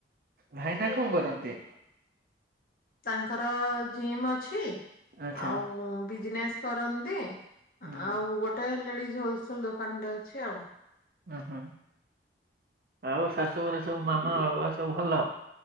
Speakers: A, on the right (about 50°); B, on the left (about 50°).
A: ଭାଇନା କଣ କରନ୍ତି?
B: ତାଙ୍କର ଜିମ୍ ଅଛି
A: ଆଚ୍ଛା।
B: ଆଉ ବିଜିନେସ୍ କରନ୍ତି
A: ହୁଁ
B: ଆଉ ଗୋ ଟେ ଲେଡିଜ ହୋଲସେଲ ଦୋକାନଟେ ଅଛି ଆଉ।
A: ଉଁ ହୁଁ ଆଉ ଶାଶୁଘରେ ସବୁ ମାମା ବାବା ସବୁ ଭଲ?